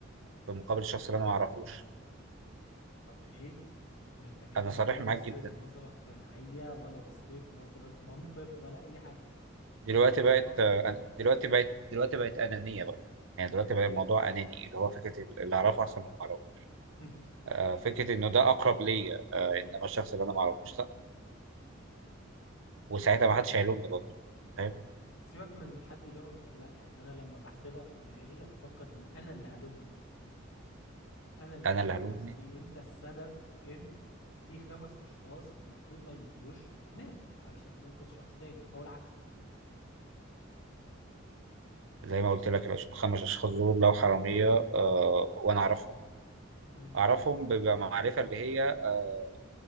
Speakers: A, on the right (about 65°); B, on the left (about 85°).
A: في مقابل الشخص اللي أنا ما أعرفوش
B: طب ليه ده انت كده
A: أنا صريح
B: ولا بصيت
A: معاك جدا
B: نظرة اجتماعية ولا بصيت نظرة منطق ولا اي حاجة
A: دلوقتي
B: انت دمرت
A: بقت آه،
B: كل حاجة
A: دلوقتي بقت دلوقتي بقت أنانية بقى يعني دلوقتي بقى الموضوع أناني اللي هو فكرة اللي أعرفه أحسن من اللي أعرفه
B: <laughs>
A: آه، فكرة إنه ده أقرب ليا آه، إنما الشخص اللي أنا ما أعرفوش لأ وساعتها ما حدش هيلومني برضه فاهم
B: سيبك من حد يلومك ولا لا يعني انا لما بحسبها في دماغي أنا بفكر ان انا اللي هلومني انا اللي
A: أنا
B: هقول
A: اللي
B: لنفسي
A: هلومني
B: انت السبب في ان في خمس اشخاص المفروض ما يموتوش ماتوا علشان تنقذ شخص تاني او العكس
A: زي ما قلت لك الأش- الخمس أشخاص دول لو حرامية آه، وأنا أعرفهم
B: مم.
A: أعرفهم بمعرفة اللي هي آه،